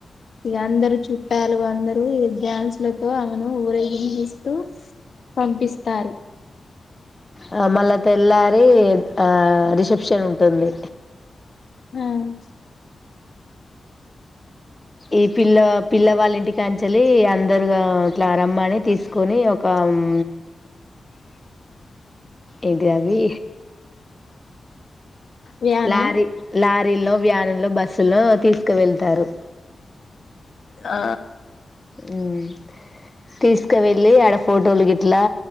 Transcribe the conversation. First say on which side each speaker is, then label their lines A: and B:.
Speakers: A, on the left; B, on the left.
A: ఇక అందరు చుట్టాలు అందరూ ఈ డ్యాన్సులతో ఆమెను ఊరేగిందిస్తూ పంపిస్తారు
B: ఆ మళ్ళా తెల్లారి ఆ రిసెప్షన్ ఉంటుంది
A: హమ్
B: ఈ పిల్ల పిల్ల వాళ్ళ ఇంటికి కనుంచెలి అందరుగా ఇట్లా రమ్మని తీసుకొని ఒక అమ్
A: అ
B: ఎంటిది అవి
A: వ్యానా
B: లారి లారి రి వ్యానులో బస్సులో తీసుకు వెళ్తారు
A: ఆ
B: అమ్ తీసుకు వెెళ్లి ఆడ ఫోటోలు గిట్లా